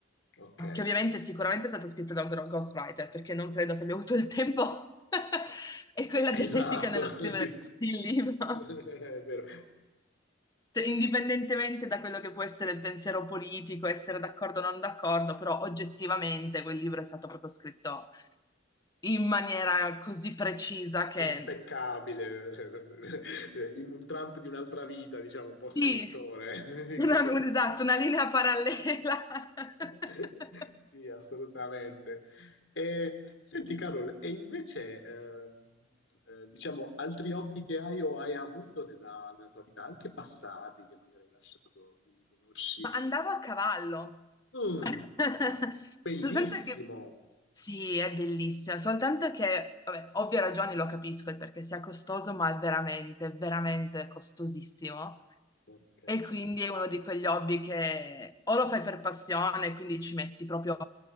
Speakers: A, on the left (about 70°); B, on the left (about 20°).
A: ok.
B: che ovviamente sicuramente è stato scritto da un gro- ghostwriter, perché non credo che abbia avuto il tempo <laughs> e quella
A: Esatto,
B: dialettica nello
A: <laughs>
B: scrivere
A: sì.
B: il libro.
A: <laughs> È vero.
B: Cioè, indipendentemente da quello che può essere il pensiero politico, essere d'accordo o non d'accordo, però oggettivamente quel libro è stato proprio scritto in maniera così precisa che
A: Impeccabile, cioè, <laughs> in un Trump di un'altra vita, diciamo, un po' scrittore.
B: sì,
A: <laughs> Sì,
B: una,
A: in qualche
B: un-
A: modo.
B: esatto, una linea parallela. <laughs>
A: <laughs> Sì, assolutamente. E, senti, Carol, e invece, ehm, eh, diciamo, altri hobby che hai o hai avuto nella, nella tua vita, anche passati, che magari hai lasciato di conosci?
B: Ma andavo a cavallo.
A: Mm,
B: <laughs>
A: bellissimo.
B: Soltanto che sì, è bellissima, soltanto che, vabbè, ovvie ragioni lo capisco, il perché sia costoso, ma è veramente, veramente costosissimo.
A: Ok.
B: E quindi è uno di quegli hobby che o lo fai per passione, quindi ci metti proprio